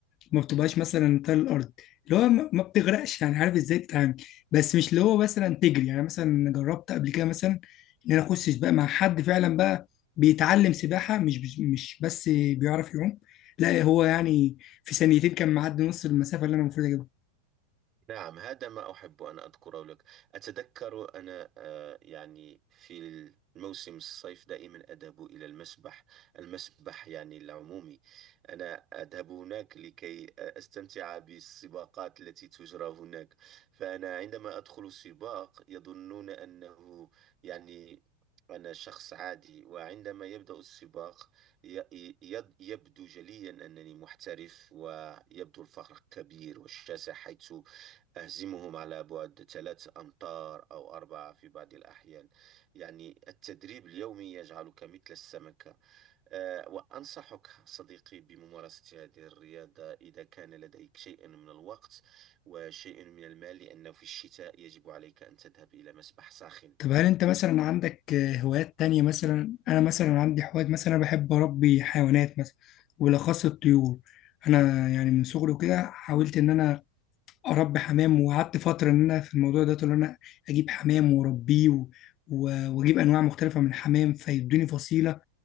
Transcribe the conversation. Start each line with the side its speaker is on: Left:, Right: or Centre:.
Left: ما بتبقاش مثلا تل الارض اللي هو ما ما بتغرقش يعني عارف ازاي تتعامل بس مش اللي هو مثلا تجري يعني مثلا جربت قبل كده مثلا ان انا اخش سباق مع حد فعلا بقى بيتعلم سباحه مش مش مش بس بيعرف يعوم لا هو يعني في ثانيتين كان معدي نص المسافه اللي انا المفروض اجيبها
Right: نعم هذا ما أحب أن أذكره لك أتذكر أنا آه، يعني في الموسم الصيف دائما أذهب إلى المسبح المسبح يعني العمومي أنا أذهب هناك لكي آه، أستمتع بالسباقات التي تجرى هناك فأنا عندما أدخل سباق يظنون أنه يعني أنا شخص عادي وعندما يبدأ السباق ي- ي- يبدو جليا أنني محترف ويبدو الفرق كبير والشاسع حيث أهزمهم على بعد ثلاث أمتار أو أربعة في بعض الأحيان يعني التدريب اليومي يجعلك مثل السمكة أه وأنصحك صديقي بممارسة هذه الرياضة إذا كان لديك شيء من الوقت وشيء من المال لأنه في الشتاء يجب عليك أن تذهب إلى مسبح ساخن
Left: طب هل انت مثلا عندك آه، هوايات تانية مثلا انا مثلا عندي هوايات مثلا انا بحب اربي حيوانات مثلا وبالاخص الطيور انا يعني من صغري وكده حاولت ان انا اربي حمام وقعدت فتره ان انا في الموضوع ده ان انا اجيب حمام واربيه و- و- واجيب انواع مختلفه من الحمام فيدوني فصيله